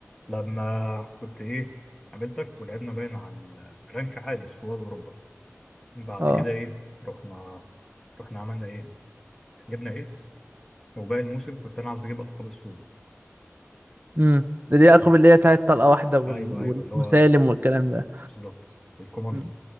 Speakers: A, in the centre; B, on the right.
A: لما كنت ايه قابلتك ولعبنا باين على الرانك عادي سكواد اوروبا بعد
B: اه
A: كده ايه رحنا رحنا عملنا ايه جبنا ايس وباقي الموسم كنت انا عاوز اجيب القاب السولو
B: امم ده دي
A: فا
B: اقرب اللي هي بتاعت طلقه واحده وال...
A: ايوه ايوه
B: والمسالم
A: اللي هو
B: والكلام ده
A: بالظبط والكوماندو
B: امم